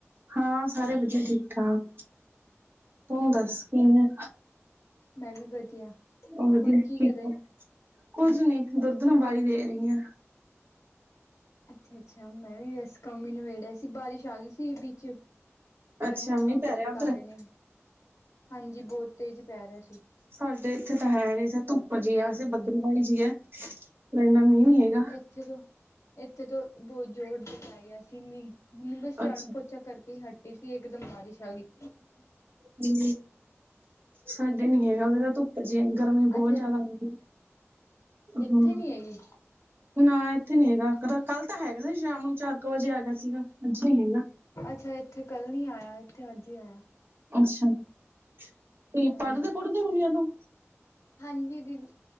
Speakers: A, on the right (about 50°); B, on the left (about 85°).
A: ਹਾਂ ਸਾਰੇ ਵਧੀਆ ਠੀਕ ਠਾਕ ਤੂੰ ਦੱਸ
B: ਅੱਛਾ।
A: ਕਿਵੇ,
B: ਮੈਂ ਵੀ ਵਧੀਆ।
A: ਉਹ ਵਧੀਆ
B: ਹੋਰ ਕੀ
A: ਠੀਕ
B: ਕਰ ਰਹੇ
A: ਹੋ। ਕੁੱਝ ਨੀ ਦੁੱਧ ਨੂੰ ਬਾਲੀ ਦੇ ਰਹੀ ਆ।
B: ਅੱਛਾ-ਅੱਛਾ ਮੈਂ ਵੀ ਵੈਸ ਕੰਮ ਹੀ ਨਬੇੜਿਆ ਸੀ ਬਾਰਿਸ਼ ਆ ਗਈ ਸੀ ਵਿੱਚ। ਤੇ
A: ਅੱਛਾ
B: ਹੁਣ
A: ਮੀਂਹ
B: ਕੱਪੜੇ
A: ਪੈ ਰਿਹਾ
B: ਉਤਾਰੇ
A: ਉਧਰ
B: ਨੇ। ਹਾਂਜੀ ਬਹੁਤ ਤੇਜ਼ ਪੈ ਰਿਹਾ ਸੀ।
A: ਸਾਡੇ ਇੱਥੇ ਤਾਂ ਹੈ ਨੀ। ਧੁੱਪ ਜੀ ਆ। ਵੈਸ ਬੱਦਲਵਾਹੀ ਜੀ ਆ। ਪਰ ਇੰਨਾ ਮੀਂਹ ਨੀ ਹੈਗਾ।
B: ਇੱਥੇ ਤੋਂ, ਇੱਥੇ ਤੋਂ ਬਹੁਤ ਜ਼ੋਰ ਦੀ ਪੈ ਗਿਆ ਸੀ ਮੀ। ਮੈ ਬਸ ਝਾੜੂ
A: ਅੱਛਾ
B: ਪੋਚਾ ਕਰਕੇ ਹੀ ਹੱਟੀ ਸੀ, ਇੱਕਦਮ ਬਾਰਿਸ਼ ਆ ਗਈ
A: ਜ ਸਾਡੇ ਨੀ
B: ਹਾਂਜੀ
A: ਹੈਗਾ
B: ਹੋਰ
A: ਉਹਦੇ ਤਾਂ ਧੁੱਪ ਜਿ ਗਰਮੀ ਬਹੁਤ
B: ਅੱਛਾ
A: ਜਿਆਦਾ ਹੁੰਦੀ ਹੈ
B: ਇੱਥੇ
A: ਹਮ
B: ਨੀ ਹੈਗੇ
A: ਨਾ ਇੱਥੇ ਨੀ ਹੈਗਾ ਕ ਕੱਲ੍ਹ ਤਾਂ ਹੈਗਾ ਸੀ ਸ਼ਾਮ ਨੂੰ ਚਾਰ ਕੁ ਵਜੇ ਆ ਗਿਆ ਸੀਗਾ ਅੱਜ ਨੀ ਹੈਗਾ
B: ਅੱਛਾ ਇੱਥੇ ਕੱਲ੍ਹ ਨੀ ਆਇਆ ਇੱਥੇ ਅੱਜ ਹੀ ਆਇਆ।
A: ਅੱਛਾ। ਤੇ
B: ਹਾਂਜੀ।
A: ਪੜ੍ਹਦੇ -ਪੁੜਦੇ ਹੁਨੀਆਂ ਤੂੰ
B: ਹਾਂਜੀ ਦੀਦੀ